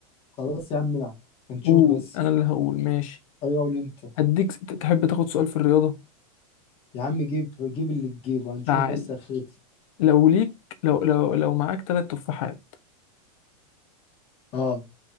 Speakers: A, on the left (about 30°); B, on the left (about 65°).
A: خلاص يا عم لا هنشوف
B: قول
A: بس
B: أنا اللي هقول ماشي
A: أيوة قول أنت
B: هديك تحب تاخد سؤال في الرياضة
A: يا عم جيب جيب اللي تجيبه هنشوف
B: تعال
A: بس أخير
B: لو ليك لو لو لو معاك تلات تفاحات
A: أه